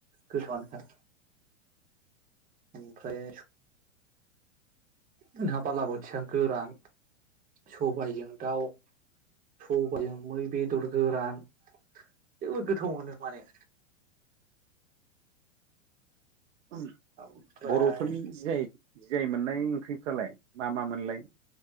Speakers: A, on the right; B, on the right.
A: गोथावआनोखा ओमफ्राय जोंहा बालाबोथिया गोरान सबायजों दाउ सबायजों मै बेदर गोरान जोबोद गोथाव मोनो माने
B: उम
A: ओमफ्राय
B: बर'फोरनि जि आइ जि आइ मोननाय ओंख्रिफ्रालाय मा मा मोनलाय?